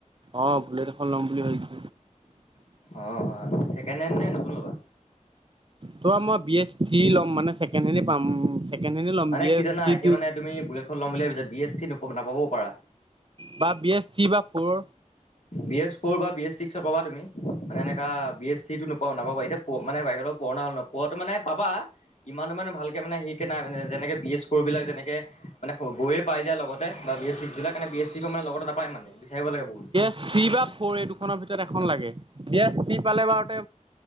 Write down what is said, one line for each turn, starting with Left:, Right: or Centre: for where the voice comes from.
Right: অ বুলেড এখন ল'ম বুলি ভাবিছো।
Left: অ অছেকেণ্ড হেড নে নতুন ল'বা?
Right: ত মই বি এ থ লম মানেকে হে পাম। ছেকেণ্ড হেণ্ডে ল'ম
Left: মানে
Right: বি
Left: কি
Right: এছ
Left: জানা
Right: থ্ৰী
Left: এতিয়া
Right: টু
Left: মানে তুমি বুলটখন ল'ম বুলি ভাবিছা বি এছ চি নাপাবও পাৰা।
Right: বা বি এছ থি বা ফ'ৰ।
Left: বি এছ ফ'ৰ বা বি এছ চিকসৰ পাবা তুমি মানে এনেকে, এ বি এছ চি নোপোৱা নাপাব এতিয়া মানে বাহিৰত পুৰ হল ন পঢ়নাটো মানে পাবা। ইমানো মানে ভালকে মানে সিকে নাই মানে যেনেকে বি এছ ফৰ' বিলাক যেনেকে মানে গৈয়ে পাই যায় লগত। বা বি এছ চিবাক এে বি এছি মানে লগত নাপায় মানে বিচাৰিব লাগে বহুত।
Right: থি বা ফ'ৰ এই দুখনৰ ভিতৰত এখন লাগে, এয়া চি পালে বাৰুতে